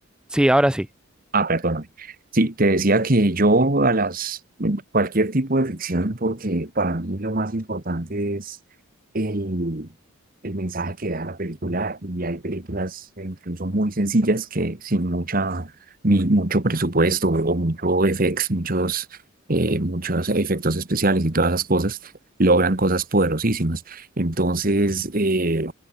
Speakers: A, in the centre; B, on the right (about 40°).
A: Sí, ahora sí.
B: Ah, perdóname. Sí, te decía que yo a las cualquier tipo de ficción, porque para mí lo más importante es el, el mensaje que da la película, y hay películas eh, incluso muy sencillas que sin mucha, ni mucho presupuesto o mucho FX, muchos, eh, muchos efectos especiales y todas esas cosas, logran cosas poderosísimas. Entonces, eh,